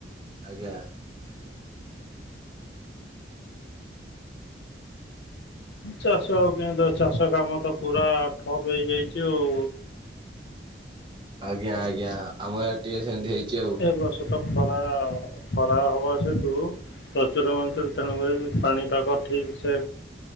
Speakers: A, on the right; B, on the left.
A: ଆଜ୍ଞା।
B: ଚାଷ କିନ୍ତୁ ଚାଷ କାମ ତ ପୁରା ଠପ୍ ହେଇଯାଇଛି ଆଉ।
A: ଆଜ୍ଞା ଆଜ୍ଞା ଆମ ଆଡେ ଟିକେ ସେମିତି ହେଇଛି ଆଉ
B: ଏ ବର୍ଷ ତ ଖରା ଖରା ହବ ସେତୁ ପ୍ରଚୁର ମନ୍ତରେ ତେଣୁକରି ପାଣିପାଗ ଠିକ ସେ